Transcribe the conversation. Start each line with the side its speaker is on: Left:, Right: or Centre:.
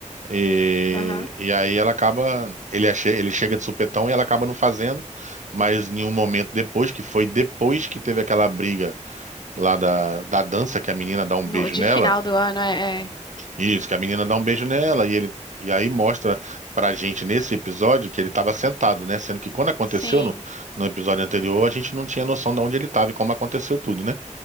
Right: E,
Left: Aham.
Right: e aí ela acaba, ele, ache- ele chega de supetão e ela acaba não fazendo, mas em um momento depois, que foi depois que teve aquela briga lá da, da dança, que a menina dá um
Left: No,
Right: beijo
Left: de
Right: nela,
Left: final do ano, é. é.
Right: isso, que a menina dá um beijo nela, e ele e aí mostra pra gente nesse episódio que ele tava sentado, né? Sendo que quando aconteceu
Left: Sim.
Right: no, no episódio anterior, a gente não tinha noção de onde ele tava e como aconteceu tudo, né?